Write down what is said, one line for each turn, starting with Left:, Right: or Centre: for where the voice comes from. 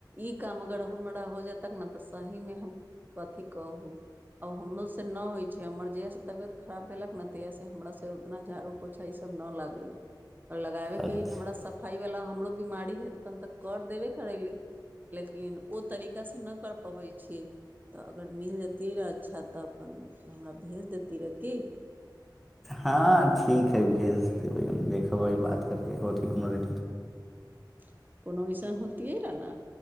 Right: ई काम अगर हमरा हो जेतक ने तऽ सही में हम कथी कहू। आब हमरो से न होइ छै, हमर जहिया से तबियत खराब भेलक ने तहिया से हमरा से उतना झाड़ू- पोछा ई सब। न लागै अइ, लगाबै
Centre: अच्छा
Right: के अइ हमरा सफाई वाला। हमरो बीमारी हे त हम तऽ कर देबे करैली। लेकिन ओ तरीकासँ नहि कर पबै छीयै, तऽ अगर मिल जेती रहए। अच्छा तऽ अपन, हमरा भेज देती रहऽ की।
Centre: हँ ठीक है भेज देबै हम, देखबै बात करके होते कोनो ले।
Right: <unintelligible> कोनो अऐसन होतियै रहए न,